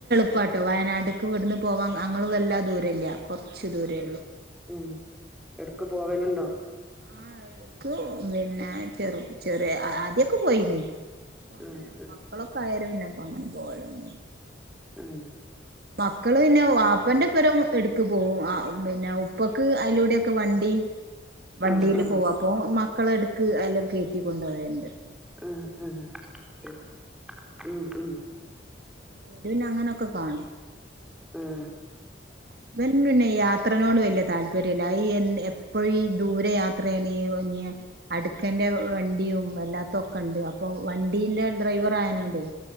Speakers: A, on the right; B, in the centre.
A: പ്പാട്ടൊ വയനാട്ക്ക് ഇവ്ട്ന്ന് പോവാൻ അങ്ങള് വല്ലാ ദൂരല്ല കൊർച്ച് ദൂരേള്ളു.
B: അതെ ഉം എട്ക്ക് പോവല്ണ്ടോ.
A: ആ ക്ക് പിന്ന ചെറു ചെറ്യേ ആദ്യൊക്കെ പോയിനി ഇപ്പങ്ങനെ
B: ആഹ്
A: മക്കളൊ കയരുന്ന പ്പങ്ങനെ പോവലൊന്നുല്ല
B: ഉം.
A: മക്കള് പിന്നെ വാപ്പന്റൊപ്പരം. എട്ക്ക് പോവും ആ പിന്നെ ഉപ്പക്ക് അയ്ലൂട്യൊക്കെ വണ്ടി വണ്ടീല്
B: ആഹ് ആഹ്
A: പോവു പ്പൊ മക്കളെട്ക്ക് അയിലൊക്കേറ്റി കൊണ്ടോവേണ്ട്.
B: ഉം ഉം ശെ ഉം ഉം.
A: ഓര് പിന്നങ്ങനൊക്കെ കാണും
B: ആഹ്
A: ഹസ്ബന്റിന് പിന്നെ യാ ത്രനോട് വല്ല്യ താല്പര്യല്ല അയീ എൻ എപ്പഴീ ദൂരെ യാത്രേണീ വു ഞ്യ. അട്ക്കന്റെ വ വണ്ടിയും വല്ലാത്തൊക്കണ്ട് അപ്പൊ വണ്ടീന്റെ ഡ്രൈവറായനോണ്ടേ.